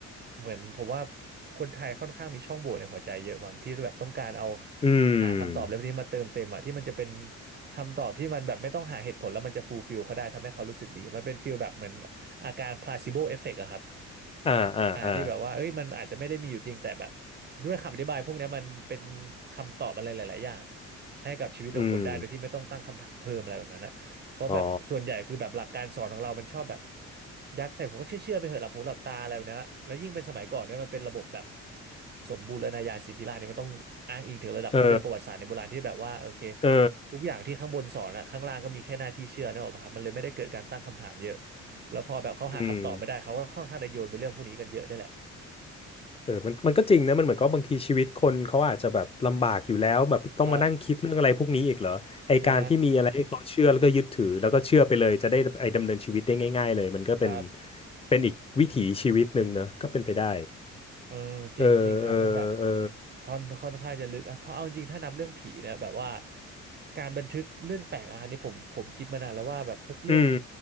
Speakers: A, on the right; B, on the left.
A: เหมือนผมว่าคนไทยค่อนข้างมีช่องโหว่ในหัวใจเยอะมั้งที่แบบต้องการเอา
B: อืม
A: หาคำตอบอะไรพวกนี้มาเติมเต็มอะที่มันจะเป็นคำตอบที่มันแบบไม่ต้องหาเหตุผลแล้วมันจะฟูลฟิลเขาได้ทำให้เขารู้สึกดีมันเป็นฟิลแบบเหมือนอาการ placebo effect อะครับ
B: อ่าอ่าอ่า
A: อ่าที่แบบว่าเอ้ยมันอาจจะไม่ได้มีอยู่จริงแต่แบบด้วยคำอธิบายพวกเนี้ยมันเป็นคำตอบอะไรหลายๆอย่างให้กับชีวิตของคนได้โดยที่ไม่ต้องตั้งคำถามเพิ่มอะไรแบบนั้นนะเพราะแบบส่วนใหญ่คือแบบหลักการสอนของเรามันชอบแบบ
B: อืมอ๋อ
A: ยัดใส่หัวก็เชื่อเชื่อไปเถอะหลับหูหลับตาอะไรแบบเนี้ยแล้วยิ่งเป็นสมัยก่อนเนี่ยมันเป็นระบบแบบสมบูรณาญาสิทธิราชย์เนี่ยมันต้องอ้างอิงถึงระดับเรื่องประวัติศาสตร์ในโบราณที่แบบว่าโอเค
B: เออเออ
A: ทุกอย่างที่ข้างบนสอนอะข้างล่างก็มีแค่หน้าที่เชื่อนะครับมันเลยไม่ได้เกิดการตั้งคำถามเยอะ แล้วพอแบบเขาหาคำตอบไม่ได้เขาก็ค่อนข้างจะโยนไปเรื่องพวกนี้กันเยอะได้วยแหละ
B: อืม เออมันมันก็จริงนะมันเหมือนกับบางทีชีวิตคนเขาอาจจะแบบลำบากอยู่แล้วแบบต้องมานั่งคิดเรื่องอะไรพวกนี้อีกเหรอไอการที่มีอะไรให้เขาเชื่อแล้วก็ยึดถือแล้วก็เชื่อไปเลยจะได้ไอดำเนินชีวิตได้ง่ายๆเลยมันก็เป็น
A: ครับใช่ครับ
B: เป็นอีกวิถีชีวิตหนึ่งเนอะก็เป็นไปได้
A: เออจริงจริงครับมันแบบ
B: เออเออเออ
A: ค่อนค่อนข้างจะลึกอะเพราะเอาจริงถ้านับเรื่องผีเนี่ยแบบว่าการบันทึกเรื่องแปลกอะอันนี้ผมผมคิดมานานแล้วว่าแบบพวกเรื่อง
B: อืม